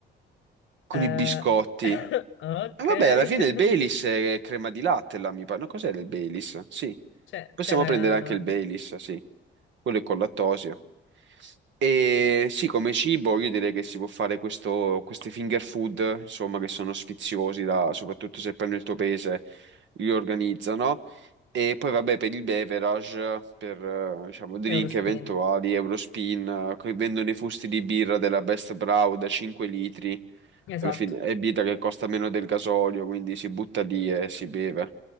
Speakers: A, on the right; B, on the left.
A: con
B: eh,
A: i biscotti.
B: <laughs>
A: Eh,
B: ok.
A: Vabbè,
B: <laughs>
A: alla fine il Baileys è crema di latte, là, mi pare. No, cos'era il Baileys? Sì.
B: C'è
A: Possiamo
B: c'è la
A: prendere anche il Baileys, sì. Quello è con lattosio. E sì, come cibo io direi che si può fare questo, queste finger food, insomma, che sono sfiziosi, da- soprattutto se poi nel tuo paese li organizzano. E poi vabbè, per il beverage, per eh, diciamo drink
B: Eurospin,
A: eventuali, Eurospin, eh, che vendono i fusti di birra della Best Brow da 5 litri
B: esatto.
A: alla fine è vita che costa meno del gasolio, quindi si butta lì e si beve.